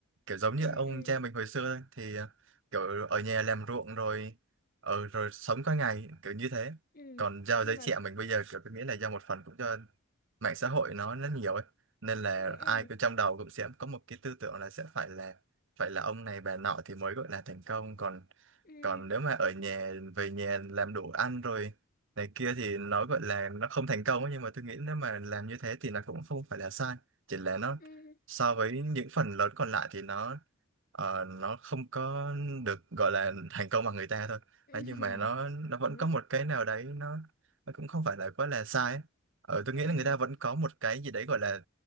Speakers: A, on the right; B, on the left.
A: kiểu giống
B: ừ,
A: như ông
B: ừ,
A: cha mình hồi xưa thôi, thì ờ, kiểu ở nhà làm ruộng rồi ở rồi sống qua ngày kiểu như thế
B: ừ.
A: còn do
B: Nhưng
A: giới
B: mà
A: trẻ mình bây giờ kiểu tôi nghĩ là do một phần cũng do mạng xã hội nó rất nhiều ấy nên là
B: ừ, ừ,
A: ai cũng trong đầu cũng sẽ có một cái tư tưởng là sẽ phải là phải là ông này bà nọ thì mới gọi là thành công còn
B: ừ,
A: còn nếu mà ở nhà về nhà làm đồ ăn rồi này kia thì nó gọi là nó không thành công ấy, nhưng mà tôi nghĩ nếu mà làm như thế thì nó cũng không phải là sai chỉ là nó
B: ừ,
A: so với những phần lớn còn lại thì nó ờ, nó không có được gọi là thành công bằng người ta thôi
B: ừ.
A: Đấy,
B: <laughs>
A: nhưng mà nó nó vẫn
B: Cũng đúng
A: có một cái nào đấy nó nó cũng không phải là quá là sai ấy. Ờ, tôi
B: ừ,
A: nghĩ là người
B: ừ.
A: ta vẫn có một cái gì đấy gọi là